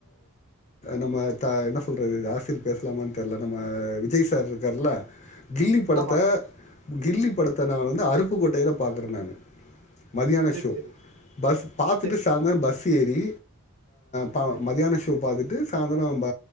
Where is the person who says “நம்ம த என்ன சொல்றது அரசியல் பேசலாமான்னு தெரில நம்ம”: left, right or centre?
Left